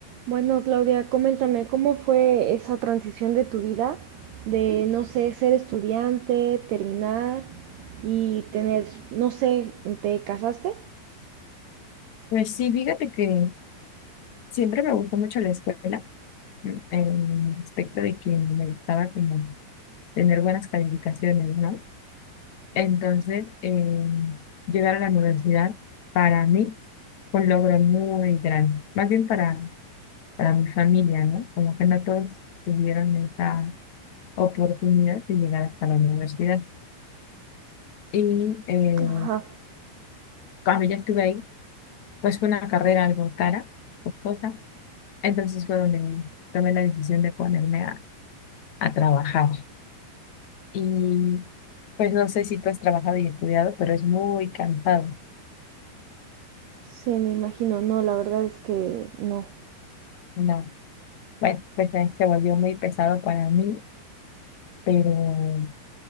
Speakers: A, on the right; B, on the left.
A: Bueno, Claudia, coméntame, ¿cómo fue esa transición de tu vida de, no sé, ser estudiante, terminar y tener, no sé, ¿te casaste?
B: Pues sí, fíjate que siempre me gustó mucho la escuela, mm, en el aspecto de que me gustaba como tener buenas calificaciones, ¿no? Entonces, eh, llegar a la universidad para mí fue un logro muy grande, más bien para, para mi familia, ¿no? Como que no todos tuvieron esa oportunidad de llegar hasta la universidad. Y eh,
A: Ajá,
B: cuando ya estuve ahí, pues fue una carrera algo cara, costosa, entonces fue donde tomé la decisión de ponerme a a trabajar. Y pues no sé si tú has trabajado y estudiado, pero es muy cansado.
A: sí, me imagino. No, la verdad es que no.
B: No, bueno, pues ahí se volvió muy pesado para mí, pero